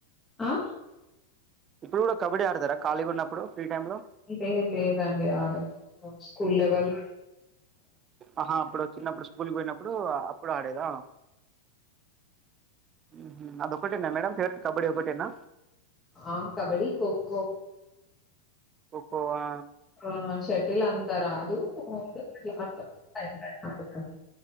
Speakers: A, on the left; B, on the right.
A: ఆ
B: ఇప్పుడు కూడా కబడ్డీ ఆడతారా ఖాళీగా ఉన్నప్పుడు ఫ్రీ టైమ్ లో
A: లేదు లేదండి ఆడను స్కూల్ వల్ల
B: ఆహా అప్పుడు చిన్నప్పుడు స్కూల్కి పోయినప్పుడు అప్పుడు ఆడేదా హ్మ్మ్ అదొకటేనా మేడం ఫేవరెట్ కబడ్డీ ఒకటేనా
A: ఆ కబడి ఖోఖో
B: ఖోఖో ఆ
A: ఆ సెట్ ల్ అంత రాదు అట్లా అట్లా పైన పైన ఆడతాను